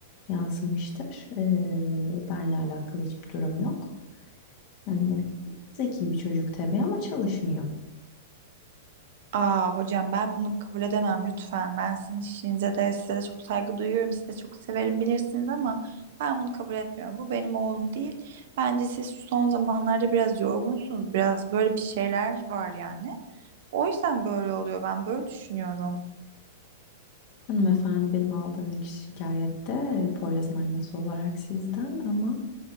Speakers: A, on the left; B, on the right.
A: yansımıştır. Ee, benle alakalı hiçbir durum yok. Yani zeki bir çocuk tabii ama çalışmıyor.
B: Aa hocam ben bunu kabul edemem lütfen. Ben sizin işinize de size de çok saygı duyuyorum. Sizi de çok severim bilirsiniz ama ben bunu kabul etmiyorum. Bu benim oğlum değil. Bence siz şu son zamanlarda biraz yorgunsunuz. Biraz böyle bir şeyler var yani. O yüzden böyle oluyor. Ben böyle düşünüyorum.
A: Hanımefendi benim aldığım ilk şikayette e, Poyraz'ın annesi olarak sizden ama